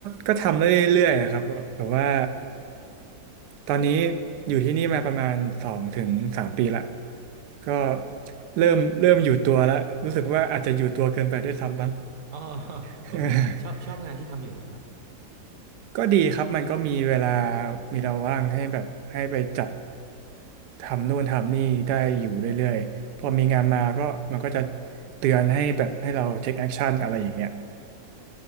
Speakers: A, on the right; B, on the right.
A: ก็ทำเรื่อยๆครับแบบว่าตอนนี้อยู่ที่นี่มาประมาณสองถึงสามปีละก็เริ่มเริ่มอยู่ตัวแล้วรู้สึกว่าอาจจะอยู่ตัวเกินไปได้วยซ้ำบ้าง
B: อ๋อ <laughs>
A: <laughs>
B: โอเคชอบชอบงานที่ทำอยู่ไหมครับ
A: ก็ดีครับมันก็มีเวลามีเราว่างให้แบบให้ไปจับทำนู่นทำนี่ได้อยู่เรื่อยๆพอมีงานมาก็มันก็จะเตือนให้แบบให้เราเทคแอคชั่นอะไรอย่างเงี้ย